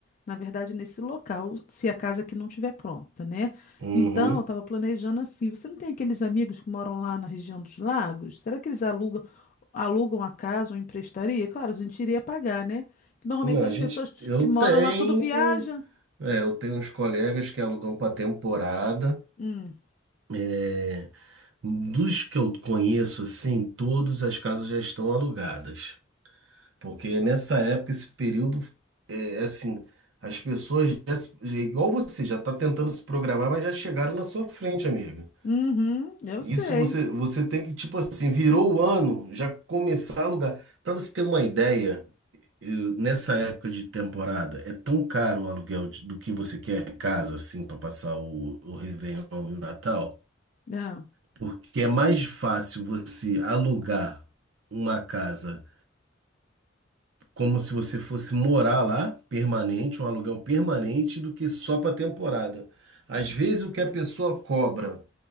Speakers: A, on the left; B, on the right.
A: na verdade, nesse local, se a casa aqui não estiver pronta, né?
B: Uhum.
A: Então, eu estava planejando assim. Você não tem aqueles amigos que moram lá na região dos lagos? Será que eles alugam, alugam a casa ou emprestaria? Claro, que a gente iria pagar, né? Que normalmente
B: Não,
A: essas
B: a gente,
A: pessoas t-
B: eu
A: que moram
B: tenho,
A: lá tudo viajam.
B: é, eu tenho uns colegas que alugam para temporada.
A: Hum.
B: É, dos que eu conheço, assim, todas as casas já estão alugadas. Porque nessa época, esse período, é é assim, as pessoas, já, se- é igual você, já está tentando se programar, mas já chegaram na sua frente, amiga.
A: Uhum, eu
B: Isso
A: sei.
B: você, você tem que, tipo assim, virou o ano, já começar a alugar. Para você ter uma ideia, eu- nessa época de temporada, é tão caro o aluguel de- do que você quer casa, assim, para passar o, o Réveillon e o Natal,
A: É,
B: porque é mais fácil você alugar uma casa como se você fosse morar lá, permanente, um aluguel permanente, do que só para temporada. Às vezes o que a pessoa cobra